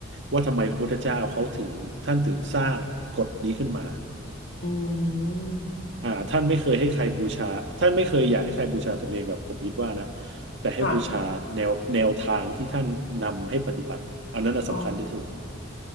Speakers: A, on the right; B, on the left.
A: ว่าทำไมพระพุทธเจ้าเขาถึงท่านถึงสร้างกฎนี้ขึ้นมา
B: อืม
A: อ่าท่านไม่เคยให้ใครบูชาท่านไม่เคยอยากให้ใครบูชาตนเองกับผมคิดว่านะแต่ให้บูชาแนวแนวทางที่ท่านนำให้ปฏิบัติอันนั้นน่ะสำคัญที่สุด
B: ค่ะ อ๋อ